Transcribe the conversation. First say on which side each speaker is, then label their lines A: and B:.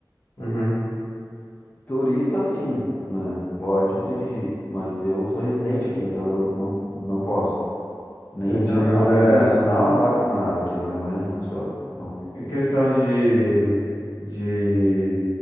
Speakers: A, on the left; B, on the left.
A: Uhum,
B: Turista, sim, né? Pode dirigir, mas eu sou residente aqui, então eu não, não posso. Nem
A: entendi.
B: internacional.
A: Mas é
B: Tem internacional, não vale para nada aqui. Na Alemanha não funciona. Então,
A: em questão de, de